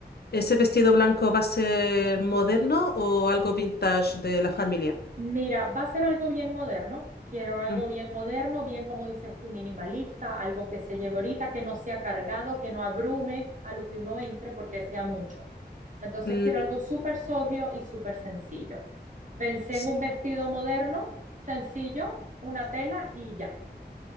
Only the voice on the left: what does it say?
¿Ese vestido blanco va a ser moderno o algo vintage de la familia?
Mm.
Mm,
sí,